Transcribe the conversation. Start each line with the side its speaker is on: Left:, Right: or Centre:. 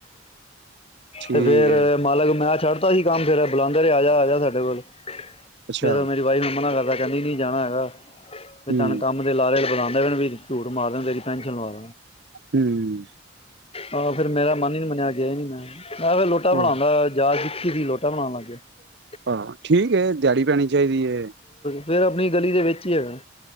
Right: ਠੀਕ
Left: ਤੇ ਫੇਰ
Right: ਹੈ
Left: ਮਾਲਕ ਮੈਂ ਛੱਡ ਤਾਂ ਹੀ ਸੀ ਕੰਮ ਫਿਰ ਬੁਲਾਉਂਦੇਹੇ ਆ ਜਾ ਆ ਜਾ ਸਾਡੇ ਕੋਲ
Right: ਅੱਛਾ
Left: ਫੇਰ ਮੇਰੀ ਵਾਈ ਮ ਮਨਾ ਕਰਦਾ ਕਦੀ ਨੀ ਜਾਣਾ ਹੈਗਾ ਵੀ
Right: ਹਮ
Left: ਤਨ ਕੰਮ ਦੇ ਲਾਲਲ ਬੁਲਾਉਂ ਨਵਨ ਵੀੀਰ ਝੂਟ ਮਾਰ ਦੇ ਤੇਰੀ ਪੈਨਸ਼ਲ ਮਾਰ
Right: ਹਮ
Left: ਹ ਫਿਰ ਮੇਰਾਨ ਹੀ ਨਹੀਂ ਮੰਨਿਆ ਗਿਆ ਹੀ ਨਹੀਂ ਮੈਂ ਮੈਂ ਫਿਰ ਲੋਟਾ ਬਣਾਉਂਦਾ
Right: ਉਹ
Left: ਜਾਚ <unintelligible>
Right: ਆਹੋ ਠੀਕ ਹੈ ਦਿਹਾੜੀ ਪੈਣੀ ਚਾਹੀਦੀ ਹੈ
Left: ਫਿਰ ਆਪਣੀ ਗਲੀ ਦੇ ਵਿੱਚ ਹੀ ਹੈਗਾ